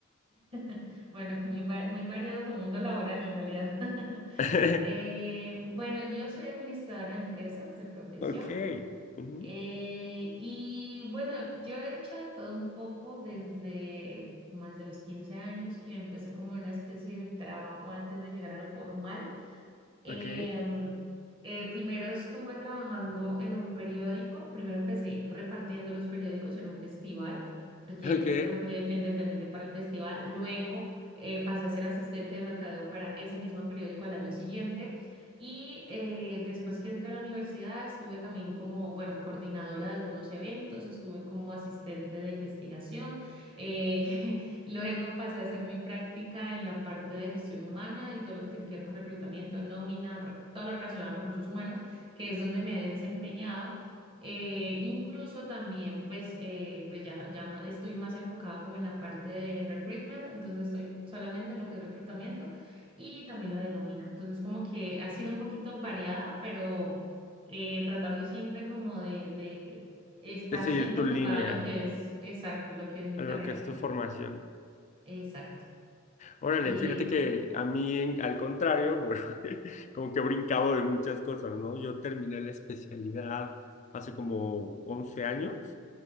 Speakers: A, on the right (about 25°); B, on the left (about 35°).
A: <laughs> Bueno, muy, va- muy variado tu mundo laboral en realidad. <laughs>
B: <laughs>
A: Eh, bueno, yo soy administradora de empresas de profesión.
B: Ok. Ujú.
A: eh, y bueno, yo he hecho de todo un poco desde más de los 15 años que empecé como una especie de trabajo antes de llegar a lo formal. Eh,
B: Ok,
A: eh, primero estuve trabajando en un periódico, primero empecé repartiendo los periódicos en un festival, porque
B: ok.
A: este era un periódico independiente para el festival, luego eh, pasé a ser asistente de mercadeo para ese mismo periódico al año siguiente y eh, después que entré a la universidad estuve también como, bueno, coordinadora de algunos eventos, estuve como asistente de investigación. eh, <laughs> Luego pasé a hacer mi práctica en la parte de gestión humana y todo lo que tiene que ver con reclutamiento, nómina, bueno, todo lo relacionado a recursos humanos, que es donde me he desempeñado. Eh, incluso también, pues, eh, pues ya, ya ma- estoy más enfocada como en la parte de recruitment, entonces estoy solamente en lo que es reclutamiento y también la de nómina. Entonces, como que ha sido un poquito variada, pero eh, tratando siempre como de, de estar
B: Es
A: siempre
B: seguir tu
A: enfocada
B: línea,
A: a lo que es exacto, lo que es mi
B: a
A: carrera.
B: lo que es tu formación.
A: Exacto.
B: Órale,
A: Y
B: fíjate que a mí, en- al contrario, <laughs> bueno, como que he brincado de muchas cosas, ¿no? Yo terminé la especialidad hace como once años